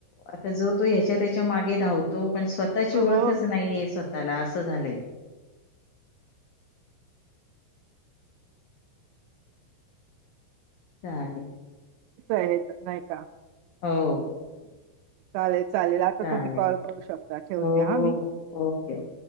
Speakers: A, on the left; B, on the right.
A: आता जो तो ह्याच्या त्याच्या मागे धावतो पण स्वतः स्वतःची ओळखच
B: हो
A: नाहीये स्वतःला असं झालंय चालेल.
B: आहेत नाही का?
A: हो.
B: चालेल चालेल आता
A: चालेल.
B: तुम्ही कॉल करू शकता ठेवते
A: हो,
B: हा मी
A: ओके
B: हम्म.
A: ओके.